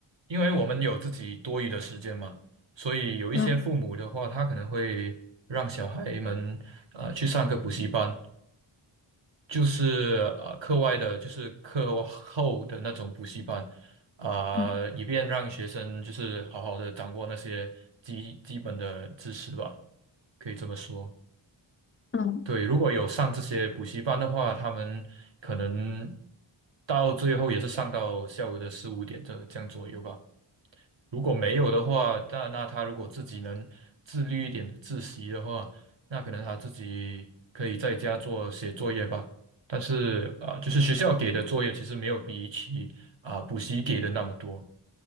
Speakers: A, on the right (about 60°); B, on the left (about 30°).
A: 因为我们有自己多余的时间嘛，所以有一些父母的话，
B: 嗯
A: 他可能会让小孩们呃去上个补习班就是呃课外的，就是课后的那种补习班，呃，
B: 嗯，
A: 以便让学生就是好好的掌握那些基基本的知识吧，可以这么说。
B: 嗯。
A: 对，如果有上这些补习班的话，他们可能到最后也是上到下午的四五点这这样左右吧。如果没有的话，那那他如果自己能自律一点、自习的话，那可能他自己可以在家做写作业吧。但是啊、呃就是学校给的作业其实没有比起啊、补习给的那么多，